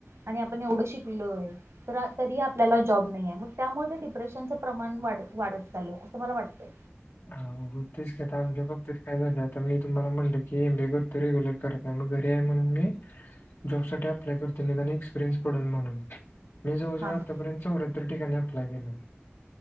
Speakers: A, on the right (about 75°); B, on the left (about 60°).
A: आणि आपण एवढं शिकलोय. तर तरी आपल्याला जॉब नाही आहे मग त्यामुळे ते डिप्रेशनचं प्रमाणढ वाढत चालय असं मला वाटतय.
B: अ हो तेच काता आमच्या बाबतीत काय झालं आता मी तुम्हाला म्हणत की हे बे करतो रेग्यलर करत. मग घरी आहे म्हणून मी जॉब साठी अप्लाय करते नाही आणि एक्सपिरियन्स पडेल म्हणून. मी जवजवळ
A: हा हा
B: आपर्यंत चौऱ्यातर ठिकाणी अप्लाय केलं